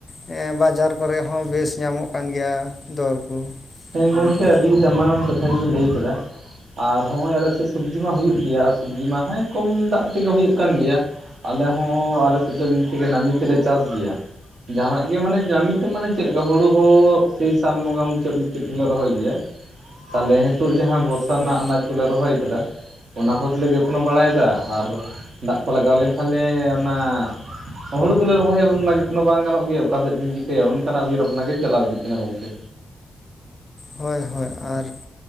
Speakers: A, on the left (about 40°); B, on the right (about 70°).
A: ᱦᱮᱸ ᱵᱟᱡᱟᱨ ᱠᱚᱨᱮ ᱦᱚᱸ ᱵᱮᱥ ᱧᱟᱢᱚᱜ ᱠᱟᱱ ᱜᱮᱭᱟ ᱫᱚᱨ ᱠᱚ
B: ᱦᱮᱸ
A: ᱱᱚᱝᱠᱟ
B: ᱜᱚᱢᱠᱮ ᱟᱹᱰᱤ ᱫᱟᱢᱟᱱᱟᱱ ᱠᱟᱛᱮ ᱠᱟᱛᱷᱟ ᱜᱮᱵᱮᱱ ᱞᱟᱹᱭ ᱠᱟᱫᱟ ᱟᱨ ᱦᱚᱜᱼᱚᱭ ᱟᱞᱮ ᱥᱮᱫ ᱥᱚᱵᱡᱤ ᱢᱟ ᱦᱩᱭᱩᱜ ᱜᱮᱭᱟ ᱥᱚᱵᱡᱤ ᱢᱟ ᱦᱮᱸ ᱠᱚᱢ ᱫᱟᱜ ᱛᱮᱜᱮ ᱦᱩᱭᱩᱜ ᱠᱟᱱ ᱜᱮᱭᱟ ᱟᱞᱮ ᱦᱚᱸ ᱟᱞᱮ ᱥᱮᱫ ᱫᱚ ᱱᱟᱹᱢᱤ ᱛᱮᱞᱮ ᱪᱟᱥ ᱜᱮᱭᱟ ᱡᱟᱸᱦᱟ ᱱᱟᱜ ᱜᱮ ᱢᱟᱱᱮ ᱱᱟᱢᱤ ᱛᱮ ᱢᱟᱱᱮ ᱪᱮᱫ ᱞᱮᱠᱟ ᱦᱩᱲᱩ ᱦᱚᱸ ᱥᱮᱭ ᱥᱟᱱ ᱵᱚᱸᱜᱟ ᱢᱩᱪᱟᱹᱫ ᱢᱩᱪᱟ. ᱫ ᱪᱮᱫ ᱜᱮᱞᱮ ᱨᱚᱦᱚᱭ ᱜᱮᱭᱟ ᱛᱟᱦᱚᱞᱮ ᱱᱤᱛᱚᱜ ᱡᱟᱦᱟᱸ ᱵᱚᱨᱥᱟ
A: ᱦᱳᱭ
B: ᱨᱮᱱᱟᱜ ᱟᱱᱟᱡ ᱠᱚᱞᱮ ᱨᱚᱦᱚᱭ ᱠᱟᱫᱟ ᱚᱱᱟ ᱠᱚᱛᱮ ᱞᱮ ᱡᱚᱛᱱᱚ ᱵᱟᱲᱟᱭᱮᱫᱟ ᱟᱨ ᱫᱟᱜ ᱠᱚ ᱞᱟᱜᱟᱣ ᱞᱮᱱᱠᱷᱟᱱ ᱞᱮ ᱚᱱᱟ ᱦᱩᱲᱩ ᱠᱚᱞᱮ ᱨᱚᱦᱚᱭ ᱩᱱᱢᱟ ᱡᱚᱛᱱᱚ ᱵᱟᱝ ᱜᱟᱱᱚᱜ ᱜᱮᱭᱟ ᱚᱠᱟ ᱥᱮᱫ ᱵᱤᱱ ᱪᱤᱠᱟᱹᱭᱟ ᱚᱱᱠᱟ ᱱᱟᱜ ᱩᱭᱦᱟᱹᱨ ᱵᱷᱟᱵᱱᱟ ᱜᱮ ᱪᱟᱞᱟᱣ ᱤᱫᱤᱜ ᱠᱟᱱᱟ ᱜᱚᱝᱠᱮ
A: ᱦᱳᱭ ᱦᱳᱭ ᱟᱨ